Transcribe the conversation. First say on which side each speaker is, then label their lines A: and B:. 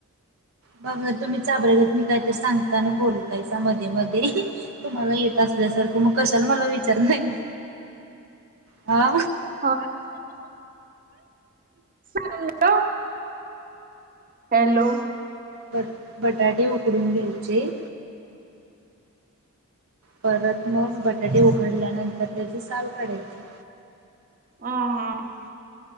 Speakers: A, on the right; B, on the right.
A: बघ तुम्ही चाबऱ्यागत मी काही तर सांगताना बोलतायसा मध्ये-मध्ये. तुम्हांला येत असल्यासारखं, मग कशाला मला विचार नाही, हा.
B: हा. सांगलं हॅलो.
A: बट-बटाटे उकडून घ्यायचे. परत मग, बटाटे उघडल्यानंतर त्याची साल काढायची.
B: हा-हा.